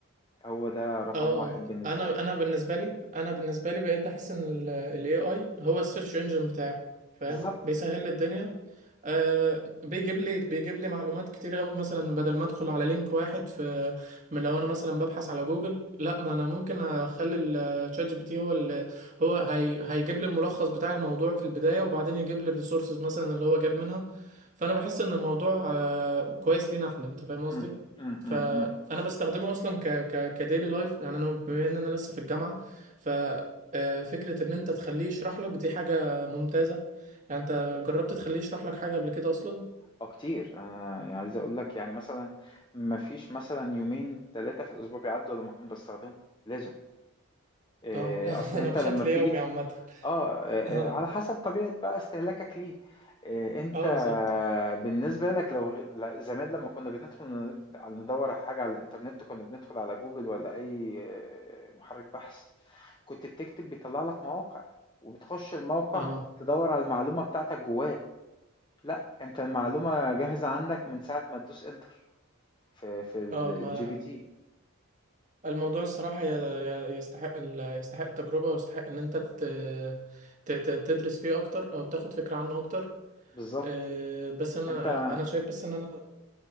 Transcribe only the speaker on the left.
هو ده رقم
واحد
بالنسبة
لي
بالظبط
مم، مم،
مم، مم.
أه كتير أنا يعني عايز أقول لك يعني مثلا مفيش مثلا يومين تلاتة في الأسبوع بيعدوا لما أكون بستخدمه لازم آه،
أصل
أنت
لما بتيجي
آه، آآ،
على حسب طبيعة بقى استهلاكك ليه، آآ، أنت
بالنسبة لك لو ل زمان لمّا كنا بندخل ن على- ندوّر على حاجة على الإنترنت كنا بندخل على جوجل والّا أي آه، محرك بحث، كنت بتكتب بيطلّع لك مواقع، وبتخش الموقع
تدوّر على المعلومة بتاعتك جواه، لأ أنت المعلومة جاهزة عندك من ساعة ما تدوس enter في في الGPT
بالضبط،
أنت